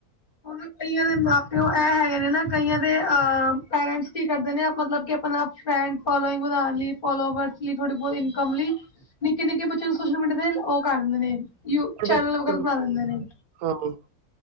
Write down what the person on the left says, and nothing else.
ਹੁਨ ਕਈਆਂ ਦੇ ਮਾਂ-ਪਿਓ ਐ ਹੈਗੇ ਨੇ ਨਾਂ ਕਈਆਂ ਦੇ ਅ ਪੇਰੈਂਟਸ ਕੀ ਕਰਦੇ ਨੇ ਮਤਲਬ ਕਿ ਅਪਨਾ ਫਰੈਂਡ ਫੋਲੋਇੰਗ ਵਦਾਣ ਲਈ ਫੋਲੋਵਰਸ ਲਈ ਥੋੜੀ ਬਹੁਤ ਇਨਕਮ ਲਈ ਨਿੱਕੇ-ਨਿੱਕੇ ਬੱਚਿਆਂ ਨੂੰ ਸੋਸ਼ਲ ਮੀਡੀਆ ਤੇ ਉਹ ਕਰ ਦਿੰਦੇ ਨੇ ਯੂ
ਚੈਨਲ
ਵਗੈਰਾ ਬਨਾ ਦਿੰਦੇ ਨੇ।